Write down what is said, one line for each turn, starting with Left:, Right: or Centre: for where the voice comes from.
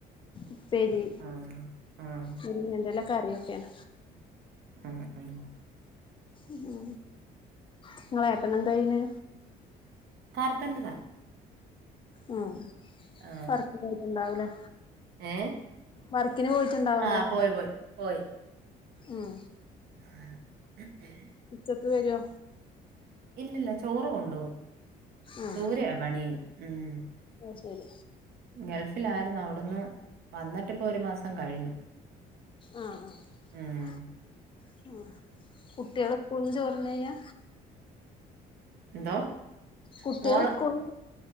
Left: ഉപ്പേരി
Right: ഉം ഉം
Left: മുരിങ്ങന്റെല കറിയൊക്കെണ്
Right: ഉം ഉം
Left: ഉം ങ്ങള ഏട്ടനെന്തായിന്
Right: കാർപ്പെന്റെറാ
Left: ഉം
Right: ആ
Left: വർക്ക്നോയിട്ടുണ്ടാവൂലേ
Right: ഏ
Left: വർക്കിന് പോയിട്ടുണ്ടാവൂലേ
Right: ആ പോയി പോയി പോയി
Left: ഉം
Right: <unintelligible>
Left: ഉച്ചക്ക് വരോ
Right: ഇല്ലല്ല ചോറ് കൊണ്ടോവും
Left: ഉം
Right: ദൂരെയാ പണി ഉം
Left: അത് ശരി
Right: ഗൾഫിലായിരുന്നു അവിടന്ന് വന്നിട്ട്പ്പൊരു മാസം കഴിഞ്ഞു
Left: ആഹ് ആഹ്
Right: ഉം
Left: ആഹ് കുട്ട്യോള് സ്കൂള്ന്ന് ചോർന്നയ്യാ
Right: എന്തോ
Left: കുട്ടികള്
Right: മോള്
Left: സ്കൂളിന്ന്